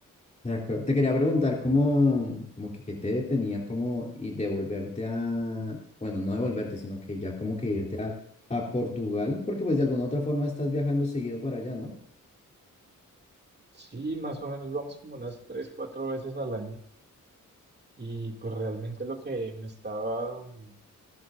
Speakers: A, on the left; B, on the right.
A: De acuerdo. Te quería preguntar cómo, como que, qué te detenía como y devolverte a, bueno, no devolverte, sino que ya como que irte a, a Portugal, porque pues de alguna u otra forma estás viajando seguido para allá, ¿no?
B: Sí, más o menos vamos como unas tres, cuatro veces al año. Y pues realmente lo que me estaba mm,